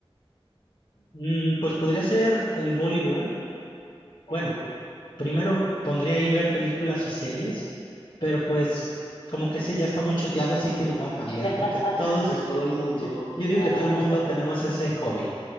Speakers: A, on the left; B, on the left.
A: Mm, pues podría ser el voleibol.
B: Ok.
A: Bueno, primero pondría ahí ver películas y series, pero pues como que ese ya está muy choteado, así que lo voy a cambiar,
B: <laughs>
A: porque todos,
B: Pues todo el mundo,
A: yo, yo digo
B: ajá,
A: que todo el mundo
B: <laughs>
A: tenemos ese hobby.